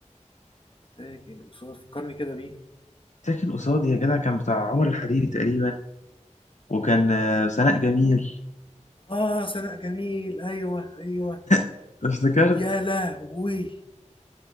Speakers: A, on the left (about 45°); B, on the left (about 70°).
A: ساكن وصوت فكرني كده بيه
B: ساكن قصادي يا جدع كان بتاع عمر الحريري تقريبا وكان آه، سناء جميل
A: اه سناء جميل ايوه ايوه
B: <laughs> افتكرت
A: يا لهوي